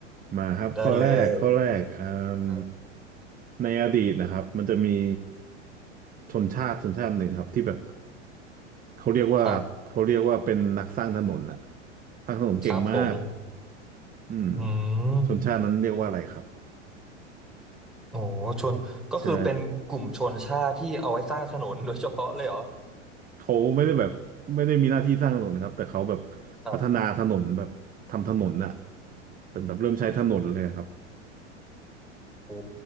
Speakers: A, on the right; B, in the centre.
A: มาครับข้อแรกข้อแรกอืม
B: ได้เลยครับ
A: ในอดีตนะครับมันจะมีชนชาติชนชาติหนึ่งครับที่แบบเขาเรียกว่าเขาเรียกว่าเป็นนักสร้างถนนน่ะ
B: ครับ
A: สร้างถนนเก่งมาก
B: ครับผม
A: อืม
B: อืม
A: ชนชาตินั้นเรียกว่าอะไรครับ
B: โอ้ชนก็คือเป็นกลุ่มชนชาติที่เอาไว้สร้างถนนโดยเฉพาะเลยเหรอ
A: ใช่เขาไม่ได้แบบไม่ได้มีหน้าที่สร้างถนนนะครับแต่เขาแบบพัฒนาถนนแบบทำถนนน่ะ
B: ครับ
A: เป็นแบบเริ่มใช้ถนนเลยครับ
B: โอ้